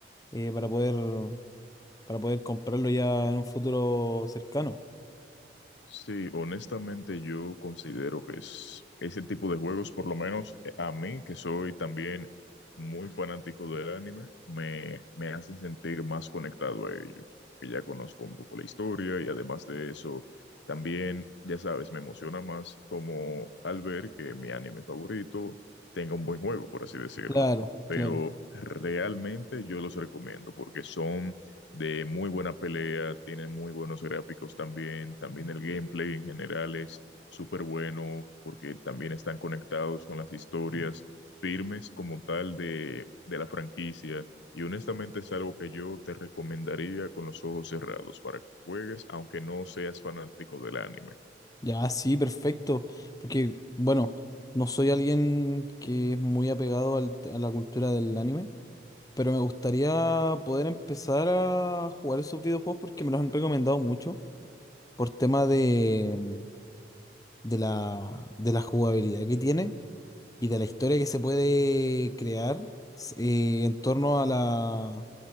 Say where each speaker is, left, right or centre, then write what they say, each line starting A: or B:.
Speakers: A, on the left; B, on the left.
A: eh, para poder para poder comprarlo ya en un futuro cercano.
B: Sí, honestamente yo considero que es ese tipo de juegos, por lo menos eh, a mí, que soy también muy fanático del anime, me, me hacen sentir más conectado a ellos, que ya conozco un poco la historia y además de eso, también, ya sabes, me emociona más como al ver que mi anime favorito tenga un buen juego, por así decirlo.
A: Claro,
B: Pero
A: claro.
B: realmente yo los recomiendo porque son de muy buena pelea, tiene muy buenos gráficos también, también el gameplay en general es súper bueno porque también están conectados con las historias firmes como tal de, de la franquicia y honestamente es algo que yo te recomendaría con los ojos cerrados para que juegues aunque no seas fanático del anime.
A: Ya, sí, perfecto. Porque, bueno, no soy alguien que es muy apegado al- a la cultura del anime, pero me gustaría poder empezar a jugar esos videojuegos porque me los han recomendado mucho por tema de, mm, de la, de la jugabilidad que tiene y de la historia que se puede crear eh, en torno a la,